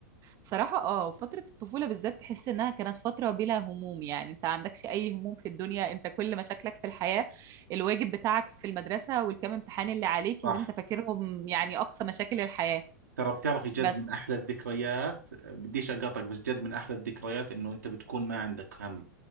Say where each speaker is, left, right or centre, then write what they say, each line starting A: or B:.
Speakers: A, on the right; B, on the right.
A: صراحة اه فترة الطفولة بالذات تحس انها كانت فترة بلا هموم يعني انت عندكش اي هموم في الدنيا انت كل مشاكلك في الحياة الواجب بتاعك في المدرسة والكام امتحان اللي عليك
B: صح
A: اللي انت فاكرهم يعني اقصى مشاكل الحياة
B: ترى بتعرفي جد
A: بس
B: من احلى الذكريات بديش اقاطعك بس جد من احلى الذكريات انه انت بتكون ما عندك هم